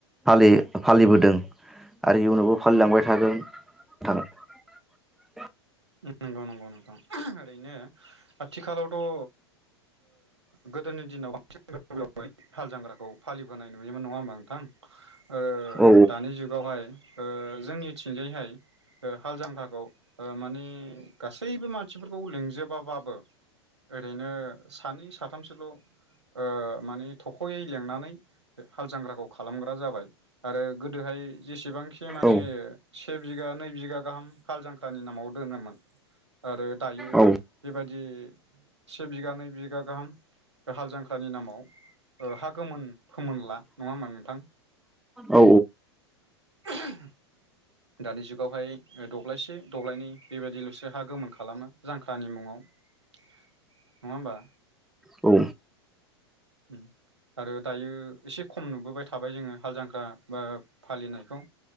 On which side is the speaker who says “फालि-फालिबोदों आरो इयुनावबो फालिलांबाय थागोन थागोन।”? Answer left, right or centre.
Centre